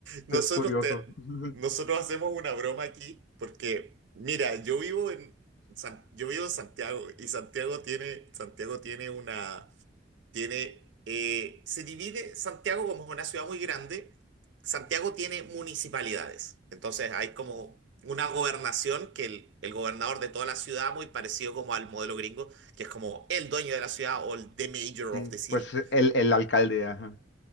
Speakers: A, on the right; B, on the left.
A: nosotros,
B: Es curioso.
A: te-
B: <laughs>
A: nosotros hacemos una broma aquí porque, mira, yo vivo en, San- yo vivo en Santiago y Santiago tiene, Santiago tiene una, tiene, eh, se divide, Santiago como es una ciudad muy grande, Santiago tiene municipalidades, entonces hay como una gobernación que el, el gobernador de toda la ciudad, muy parecido como al modelo gringo, que es como el dueño de la ciudad o el the mayor
B: Sí,
A: of the city.
B: pues el, el alcalde, ajá.